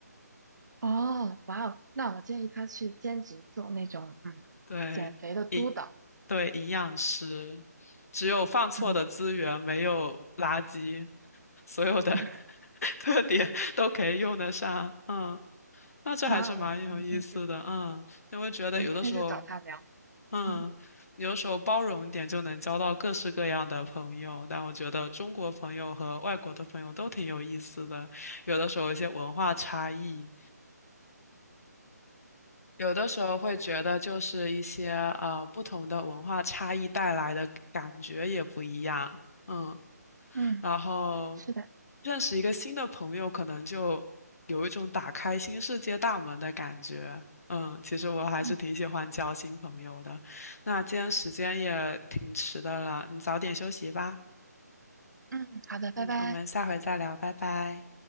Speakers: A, on the right; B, on the left.
A: 哦，哇哦，那我建议他去兼职做那种嗯减肥的督导。
B: 对。一。对，营养师，只有放错的资源，
A: 嗯，
B: 没有垃圾，所有的
A: <laughs>
B: <laughs> 特点都可以用得上。嗯，那这还是蛮有意思的。
A: 哇哦，我我明天就
B: 嗯，因为觉得有的时候，
A: 我明天就找他聊。
B: 嗯，
A: 嗯
B: 有的时候包容一点就能交到各式各样的朋友。但我觉得中国朋友和外国的朋友都挺有意思的，有的时候有一些文化差异。有的时候会觉得，就是一些呃不同的文化差异带来的感觉也不一样，嗯，
A: 嗯，
B: 然后
A: 是的，
B: 认识一个新的朋友，可能就有一种打开新世界大门的感觉，嗯，其实我还是挺喜欢交新朋友的。
A: 嗯
B: 那今天时间也挺迟的了，你早点休息吧，
A: 嗯，好的，拜拜。
B: 嗯，我们下回再聊，拜拜。